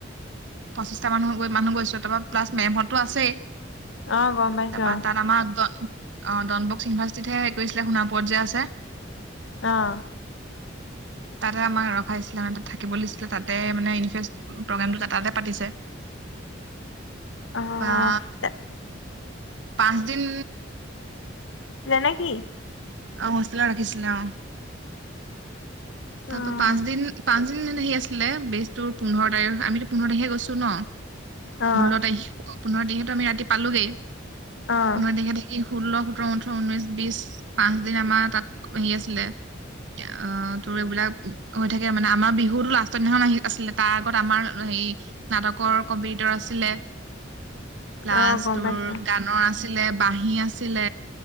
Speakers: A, on the right; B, on the left.
A: পঁচিছটা মান মানুহ গৈছো তাৰপৰা প্লাছ মেমহতো আছেই
B: আহ গম পাইছো
A: তাৰপা
B: অ
A: তাত আমাৰ অ ডন বক্স ইউনিভাৰ্চিটিতহে গৈছিলে শোণাপুৰত যে আছে।
B: আহ
A: তাতে আমাক ৰখাইছিলে মানে ত থাকিব দিছিলে তাতে মানে ই প্ৰগ্ৰেম তাতে পাতিছে।
B: অ',
A: বা পাঁচ দিন
B: নেকি?
A: অ হোষ্টেলত ৰাখিছিল অ তাৰ
B: অ',
A: পৰা পাঁচদিন পাঁচদিন সে আছিলে বেজটোৰ, পোন্ধৰ তাৰিখ আমিতো পোন্ধৰ তাৰিখে গৈছো ন।
B: অ',
A: ষোল্ল তাৰিখ পোন্ধৰ তাৰিখে আমি ৰাতি পালোগেই
B: অ',
A: পোন্ধৰ তাৰিখে ষোল্ল সোতৰ ওঠৰ ঊনৈশ বিশ পাঁচ দিন আমাৰ তাত হেৰি আছিলে অ তোৰ এইবিলাক হৈ থাকে মানে আমাৰ বিহুতো লাষ্টৰ দিনাখন আহি আছিলে তাৰ আগত আমাৰ হেৰি নাটকৰ কম্পিটিটৰ আছিলে। লাষ্ট
B: অ', গম
A: তোৰ
B: পাইছোঁ।
A: গানৰ আছিল আছিলে বাঁহী আছিলে